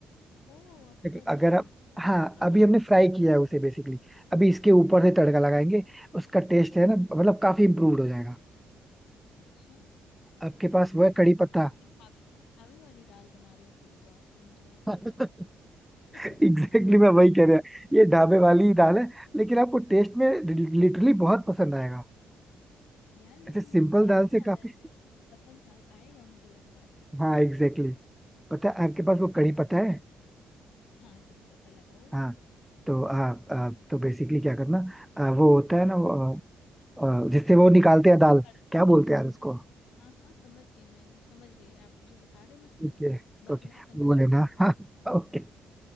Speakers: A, on the left; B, in the centre.
A: ओ अभी
B: देखो
A: बचा
B: अगर
A: है अभी
B: आप
A: इसको
B: हाँ
A: और
B: अभी
A: तड़का
B: हमने
A: होगा
B: फ्राई किया है उसे बेसिकली अभी इसके ऊपर से तड़का लगाएंगे उसका टेस्ट है ना मतलब काफी इम्प्रूव्ड हो जाएगा
A: अच्छा
B: आपके
A: बढ़िया
B: पास वो है
A: ये
B: कड़ी
A: तो मतलब
B: पत्ता
A: ये ढाबे ढाबे वाली दाल बना रहे हो पूरी तो आप ये मुझे लग रहा
B: <laughs>
A: है
B: एग्जैक्टली exactly मैं वही कह रहा ये ढाबे वाली ही दाल है लेकिन आपको टेस्ट में लिटरली बहुत पसंद आएगा
A: यार मेरे
B: ऐसे
A: मुंह
B: सिंपल
A: में पानी
B: दाल से
A: आ रहा
B: काफी
A: है बहुत पसंद था आएगा मुझे लग रहा है
B: हाँ एग्जैक्टली exactly. पता
A: हाँ
B: है आपके पास वो कड़ी पत्ता है
A: हाँ करी पत्ता लगा हुआ है
B: हाँ तो आ, आ, तो बेसिकली क्या करना आ, वो होता है ना वो, आ, आ, जिससे वो निकालते हैं दाल
A: तड़के
B: क्या
A: वाला
B: बोलते हैं यार उसको
A: हाँ हाँ समझ गई मैं समझ गई आप जो बता रहे हो मैं समझ
B: ओके
A: गई बा
B: ओके
A: मैं समझ
B: वो लेना
A: रही हूँ
B: <laughs> हाँ ओके